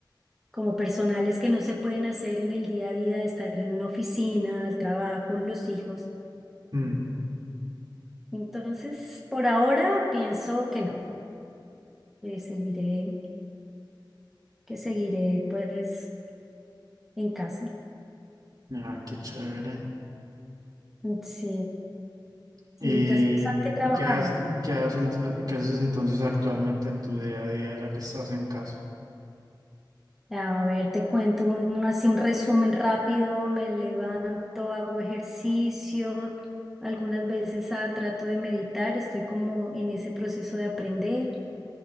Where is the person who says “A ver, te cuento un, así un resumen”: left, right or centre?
Centre